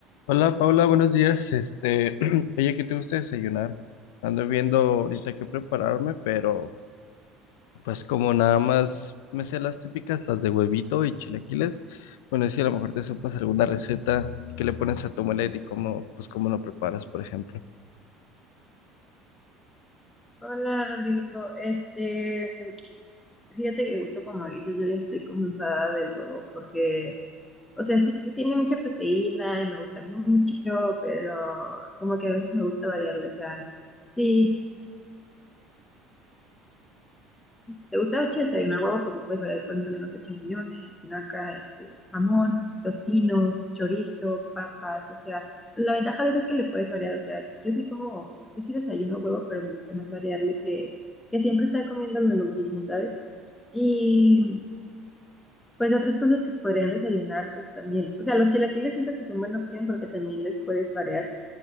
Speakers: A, on the left; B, on the left.
A: Hola Paula, buenos días. Este, <clears throat> oye, ¿qué te gusta desayunar? Ando viendo ahorita qué prepararme, pero pues como nada más me sé las típicas, las de huevito y chilaquiles, bueno, si a lo mejor te sepas alguna receta que le pones a tu omelette y cómo, pues cómo lo preparas, por ejemplo.
B: Hola Rodrigo, este, fíjate que justo como dices, yo ya estoy como enfadada del huevo porque, o sea, sí sí tiene mucha proteína y me gusta mucho, pero como que a veces me gusta variarle, o sea, sí ¿Te gusta mucho desayunar huevo? Pues le puedes variar poniéndole, no sé, champiñones, espinaca, este, jamón, tocino, chorizo, papas, o sea, la ventaja de eso es que le puedes variar, o sea, yo sí como, yo sí desayuno huevo, pero me gusta más variarle que, que siempre estar comiéndolo lo mismo, ¿sabes? Y pues otras cosas que podrían desayunar, pues también, o sea, los chilaquiles siento que son buena opción porque también les puedes variar,